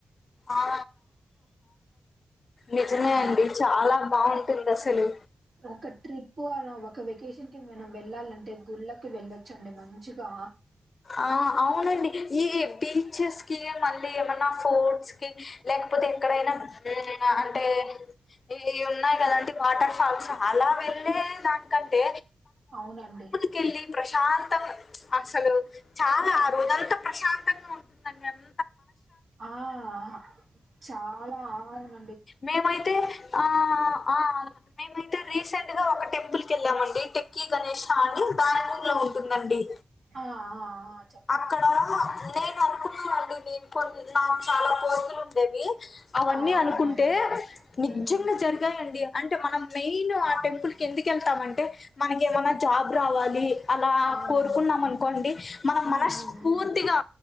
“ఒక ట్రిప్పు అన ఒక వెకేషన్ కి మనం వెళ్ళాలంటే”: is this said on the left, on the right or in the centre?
Right